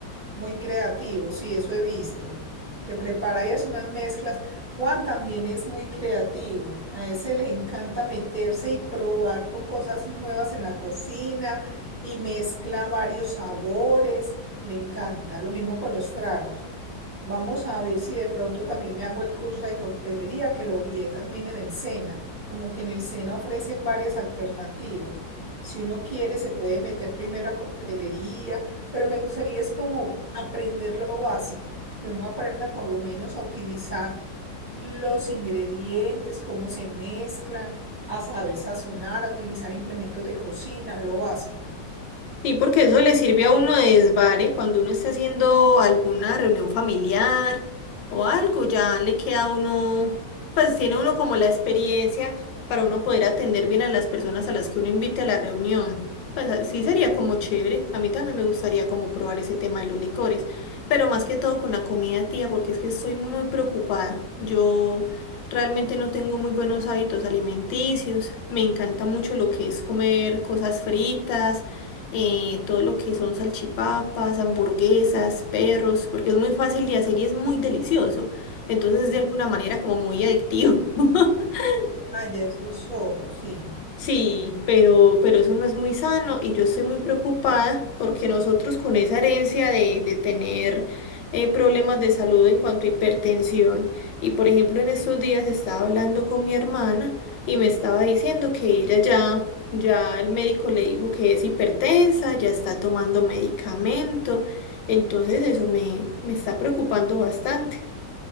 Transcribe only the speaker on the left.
Sí, porque eso le sirve a uno de desvare cuando uno esté haciendo alguna reunión familiar o algo, ya le queda a uno, pues tiene uno como la experiencia para uno poder atender bien a las personas a las que uno invite a la reunión. Pues a- sí sería como chévere, a mí también me gustaría como probar ese tema de los licores, pero más que todo con la comida, tía, porque es que estoy muy preocupada. Yo realmente no tengo muy buenos hábitos alimenticios, me encanta mucho lo que es comer cosas fritas eh, todo lo que son salchipapas, hamburguesas, perros, porque es muy fácil de hacer y es muy delicioso. Entonces es
de alguna manera como muy adictivo. <laughs>
Sí, pero, pero eso no es muy sano y yo estoy muy preocupada porque nosotros con esa herencia de, de tener eh, problemas de salud en cuanto a hipertensión y por ejemplo en estos días estaba hablando con mi hermana y me estaba diciendo que ella ya, ya el médico le dijo que es hipertensa, ya está tomando medicamento, entonces eso me, me está preocupando bastante.